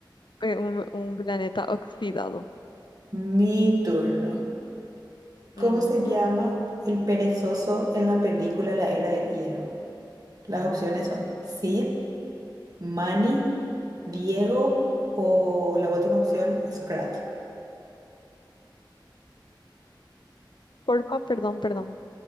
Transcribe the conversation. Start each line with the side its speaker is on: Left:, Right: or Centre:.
Left: Eh, Un, un planeta oxidado.
Right: Mi turno. ¿Cómo
Left: Ujú.
Right: se llama el perezoso en la película La Era del Hielo? Las opciones son Sid, Manny, Diego o la última opción, Scrat.
Left: Porfa, perdón, perdón.